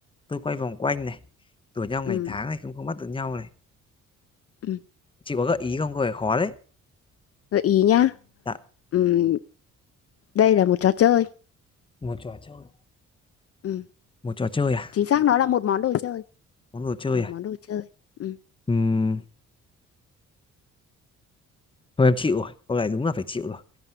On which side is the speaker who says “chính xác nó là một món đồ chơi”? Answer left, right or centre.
Left